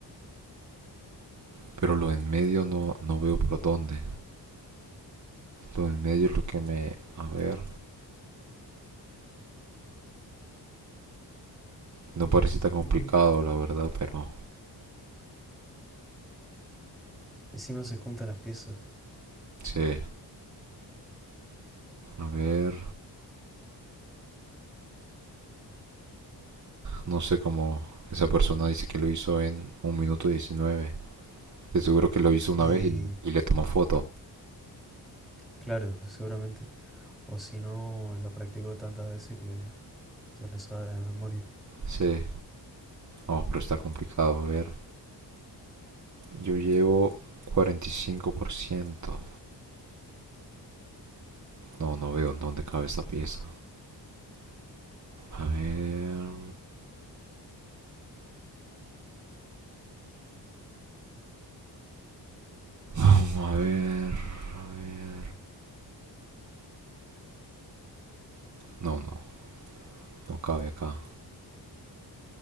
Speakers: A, on the right; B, in the centre.
A: Pero lo en medio no, no veo por dónde. Lo en medio es lo que me... A ver. No
B: Mm,
A: parece
B: mm,
A: tan complicado,
B: mm.
A: la verdad, pero...
B: Encima se juntan las piezas.
A: Sí. A ver. No sé cómo... Esa persona dice que lo hizo en un minuto diecinueve, De seguro que lo hizo una
B: Y
A: vez y, y le tomó foto.
B: claro, seguramente. O si no, lo practicó tantas veces que ya lo sabe de memoria.
A: Sí. No, pero está complicado. A ver, yo llevo cuarenta y cinco por ciento No, no veo en dónde cabe esta pieza. A ver. No, no, a ver. A ver. No, no, no cabe acá.